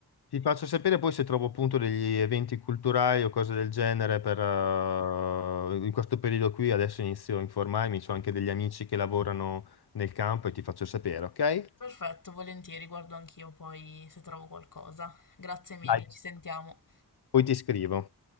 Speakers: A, on the left; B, on the left.
A: ti faccio sapere poi se trovo appunto degli eventi culturali o cose del genere per, eh, in questo periodo qui, adesso inizio a informarmi, ho anche degli amici che lavorano nel campo e ti faccio sapere, ok?
B: Perfetto, volentieri, guardo anch'io poi se trovo qualcosa. Grazie mille,
A: Dai,
B: ci sentiamo.
A: poi ti scrivo.